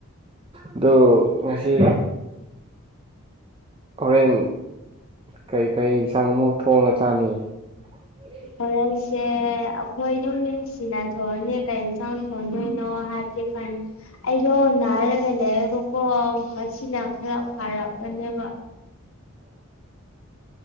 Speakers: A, on the right; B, on the left.
A: ꯑꯗꯨꯣ ꯉꯁꯤ ꯍꯣꯔꯦꯟ ꯀꯩ ꯀꯩ ꯏꯟꯁꯥꯡ ꯑꯃꯨꯛ ꯊꯣꯡꯉ ꯆꯥꯅꯤ ꯎ
B: ꯍꯣꯔꯦꯟꯁꯦ ꯑꯩꯈꯣꯏ ꯌꯨꯝꯁꯤꯅ ꯊꯣꯡꯉꯅꯤ ꯀꯔꯤꯦꯟ ꯁꯥꯎ ꯊꯣꯡꯗꯣꯏꯅꯣ ꯍꯥꯏꯕꯗꯤ ꯈꯅꯤ ꯑꯩꯗꯣ ꯅꯥꯔꯒ ꯂꯩꯌꯦꯦꯕꯀꯣ ꯉꯁꯤꯅ ꯈꯔ ꯐꯔꯛꯄꯅꯦꯕ
A: <inaudible>